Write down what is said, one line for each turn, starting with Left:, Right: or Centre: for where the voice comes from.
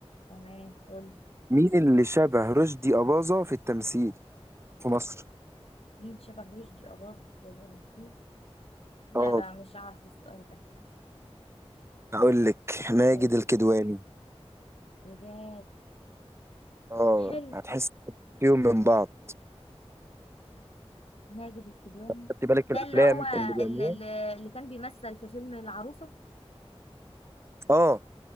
Left: تمام قولي
Right: مين اللي شبه رشدي أباظة في التمثيل في مصر
Left: مين شبه رشدي أباظة بنتي لا
Right: اه
Left: لا مش عارفة السؤال ده
Right: هقول لك ماجد
Left: قولي
Right: الكدواني
Left: بجد
Right: اه
Left: حلو
Right: هتحس فيهم من بعض
Left: ماجد الكدواني
Right: خدت بالك
Left: ده
Right: في الافلام
Left: اللي هو
Right: اللي بيعملوها
Left: اللي, اللي اللي كان بيمثل في فيلم العروسة
Right: اه